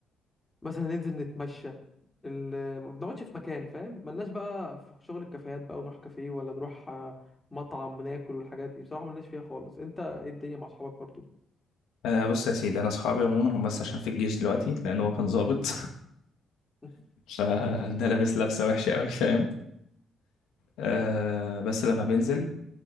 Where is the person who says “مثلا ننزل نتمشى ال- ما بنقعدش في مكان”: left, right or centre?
Left